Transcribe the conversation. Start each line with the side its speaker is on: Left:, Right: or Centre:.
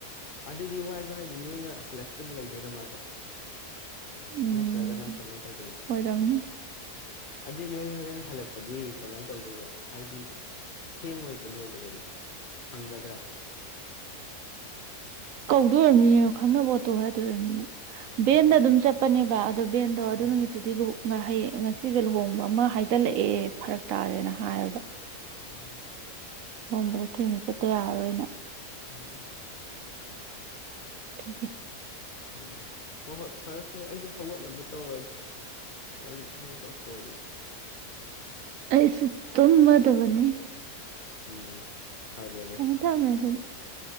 Left: ꯑꯗꯨꯗꯤ ꯋꯥꯏꯕ ꯍꯥꯏꯁꯦ ꯅꯣꯏꯅ ꯍꯜꯂꯛꯇ꯭ꯔꯤꯕꯥꯎ ꯂꯩꯗꯣꯏꯔ ꯃꯥꯁꯨ
Right: ꯎꯝ
Left: ꯅꯠꯇ꯭ꯔꯒꯅ ꯀꯃꯥꯏꯅ ꯇꯧꯗꯣꯏꯅꯣ
Right: ꯑꯣꯏꯔꯝꯅꯤ
Left: ꯑꯗꯨꯏ ꯅꯣꯏ ꯍꯣꯔꯦꯟ ꯍꯜꯂꯛꯄꯗꯤ ꯀꯃꯥꯏꯅ ꯇꯧꯗꯣꯏꯕ ꯍꯥꯏꯗꯤ ꯊꯦꯡꯉꯣꯏꯗ꯭ꯔꯥ ꯂꯣꯏꯕꯗꯗꯤ ꯐꯪꯒꯗ꯭ꯔꯥ <unintelligible>
Right: ꯀꯧꯗꯣ ꯑꯣꯢꯔꯝꯅꯤꯌꯦ ꯈꯪꯅꯕ ꯑꯣꯇꯣ ꯍꯥꯏꯗꯣꯢ ꯑꯣꯢꯔꯝꯅꯤꯌꯦ ꯕꯦꯟꯗ
Left: ꯑꯣ
Right: ꯑꯗꯨꯝ ꯆꯠꯄꯅꯦꯕ <unintelligible> ꯕꯦꯟꯗꯣ ꯑꯗꯨ
Left: ꯑꯥ
Right: ꯅꯨꯃꯤꯠꯇꯨꯗꯤ ꯂꯨ ꯉꯍꯩ ꯉꯁꯤꯒ ꯂꯨꯍꯣꯡꯕ ꯑꯃ ꯍꯥꯏꯖꯤꯜꯂꯛꯑꯦ ꯐꯔꯛ ꯇꯥꯔꯦꯅ ꯍꯥꯏꯔꯕ
Left: ꯎꯝ
Right: ꯍꯣꯝꯕꯗ ꯊꯦꯡꯅ ꯆꯠꯇ ꯌꯥꯔꯔꯣꯏꯅ
Left: ꯎꯝ
Right: ꯊ
Left: ꯎꯝ ꯍꯣꯏ ꯍꯣꯏ ꯐꯔꯦ ꯐꯔꯦ ꯑꯩꯁꯨ ꯍꯧꯒꯠꯅꯕ ꯇꯧꯔꯒꯦ ꯅꯪꯁꯨ ꯑꯩꯈ ꯆꯥꯎꯊꯣꯛꯑꯣ ꯑꯗꯨꯗꯤ
Right: ꯑꯩꯁꯨ ꯇꯨꯝꯃꯗꯕꯅꯤ
Left: ꯎꯝ ꯐꯔꯦꯅꯦ
Right: ꯊꯝꯃꯦ ꯊꯝꯃꯦ ꯑꯗꯨꯗꯤ